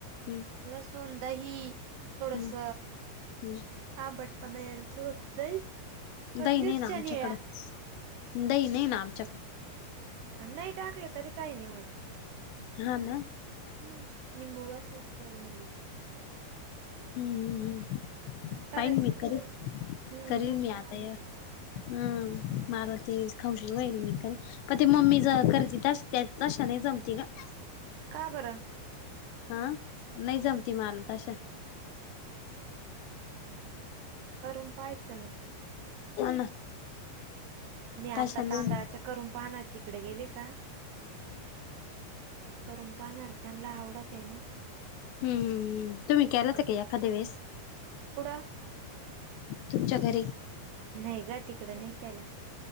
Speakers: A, on the left; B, on the right.
A: हम्म
B: लसु न दही थोडस
A: हम्म हम्म
B: आंबटपणा यायला थोड दही पण
A: दही
B: मिरच्या
A: नाही ना आमच्याकड,
B: निळ्या
A: दही नाही ना आमचयाकड.
B: नाही टाकलं तरी काही नाही होत.
A: हा ना.
B: हम्म निंबू असल थोडं निंबू पिळायचं.
A: हम्म हम्म हम्म
B: करायचं
A: पाहिन मी
B: मस्त
A: करीन
B: हम्म
A: करीलन
B: मस्त
A: मी
B: लागत.
A: आता या हम मला ते खाऊशी होईल मी का. कधी मम्मी ज करते त्याच तशा नाही जमती ग.
B: का बरं?
A: हा नाही जमती माल तशा.
B: करून पाहायचं ना.
A: हा ना
B: मी आता
A: तशा नाही
B: तांदळाच्या करून पाहना तिकडे गेले का, करून पाहणार त्यांना आवडते ना.
A: हम्म हम्म हम्म तुम्ही केलात का एखाद्या वेळेस?
B: कुड
A: तुमच्या घरी.
B: नाही ग तिकड नाही केला.